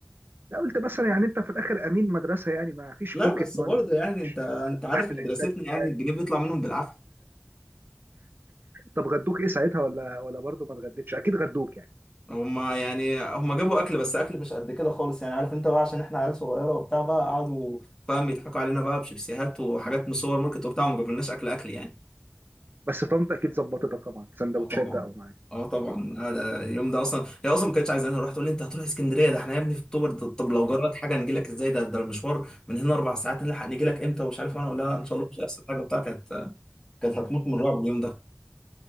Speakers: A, on the right; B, on the left.
A: لا قلت مثلا يعني انت في الاخر امين مدرسه يعني ما فيش
B: لا
A: بوكيت
B: بس
A: ماني
B: برضه يعني انت انت عارف
A: تحت
B: مدرستنا
A: الحساب
B: يعني
A: بتاعك
B: الجنيه بيطلع منهم بالعافيه
A: طب غدوك ايه ساعتها ولا ولا برضه ما اتغديتش؟ اكيد غدوك يعني
B: هما يعني هما جابوا اكل بس اكل مش قد كده خالص يعني عارف انت بقى عشان احنا عيال صغيره وبتاع بقى قعدوا فاهم يضحكوا علينا بقى بشيبسيهات وحاجات من سوبر ماركت وبتاع وما جابولناش اكل اكل يعني
A: بس طنط اكيد ظبطتك طبعا سندوتشات
B: اه طبعا
A: بقى ومعاك
B: اه طبعا
A: اه
B: لا ده اليوم ده اصلا هي اصلا ما كانتش عايزاني اروح تقول لي انت هتروح اسكندريه ده احنا يا ابني في اكتوبر ده- طب لو جرت حاجه نجي لك ازاي ده ده المشوار من هنا اربع ساعات نلحق نجي لك امتى ومش عارف انا ولا لا ان شاء الله مش هيحصل حاجه بتاع كانت كانت هتموت من الرعب اليوم ده